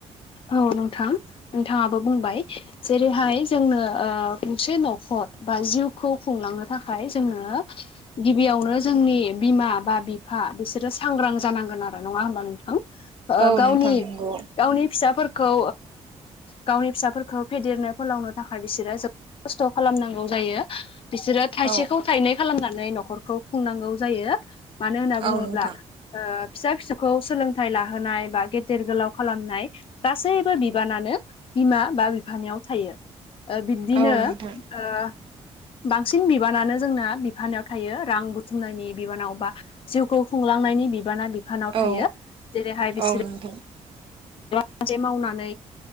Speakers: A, on the left; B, on the right.
A: औ नोंथां नोंथाङाबो बुंबाय जेरैहाय जोंनो गंसे न'खर बा जिउखौ खुंलांनो थाखाय जोङो गिबियावनो जोंनि बिमा बा बिफा बिसोरो सांग्रां जानांगोन आरो नङा होमबा नोंथां
B: औ
A: गावनि
B: नोंथां नंगौ
A: गावनि फिसाफोरखौ गावनि फिसाफोरखौ फेदेरनो फोलावनो थाखाय बिसोरो जोबोद खस्थ' खालामनांगौ जायो बिसोरो थाइसेखौ
B: औ
A: थाइनै खालामनानै न'खरखौ खुंनांगौ जायो मानो होनना बुङोब्ला
B: औ नोंथां
A: फिसा फिसौखौ सोलोंथाइ लाहोनाय बा गेदेर गोलाव खालामनाय गासैबो बिबानानो बिमा बा बिफानियाव थायो बिब्दिनो
B: औ नोंथां
A: ओ बांसिन बिबानानो जोंना बिफानाव थायो रां बुथुमनायनि बिबानाव बा जिउखौ खुंलांनायनि बिबाना बिफानाव थायो
B: औ
A: जेरैहाय बिसोरो
B: औ नोंथां
A: माजसे मावनानै